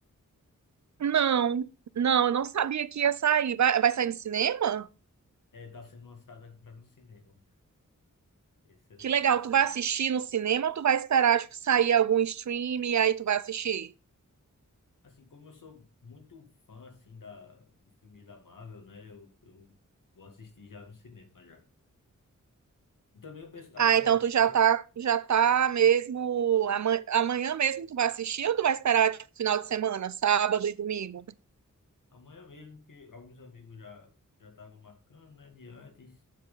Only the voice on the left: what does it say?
É, tá sendo lançado agora no cinema, né? Esse é no,
no cinema.
Assim, como eu sou muito fã, assim, da, de filmes da Marvel, né? Eu, eu vou assistir já no cinema, já. E também eu penso,
a, a,
eu-
amanhã mesmo, que alguns amigos já já estavam marcando, né? De antes.